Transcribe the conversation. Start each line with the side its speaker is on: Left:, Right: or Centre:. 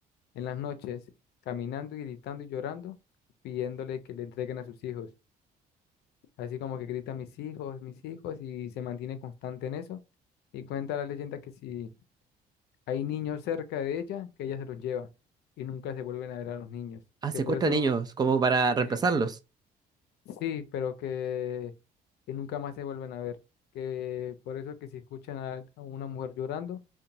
Left: en las noches caminando y gritando y llorando, pidiéndole que le entreguen a sus hijos. Así como que grita mis hijos, mis hijos y se mantiene constante en eso. Y cuenta la leyenda que si Hay niños cerca de ella que ella se los lleva y nunca se vuelven a ver a los niños.
Right: Ah,
Left: Que
Right: secuestra
Left: por eso,
Right: niños como para
Left: sí,
Right: reemplazarlos.
Left: sí, pero que, que nunca más se vuelven a ver. Que por eso que si escuchan a, a una mujer llorando,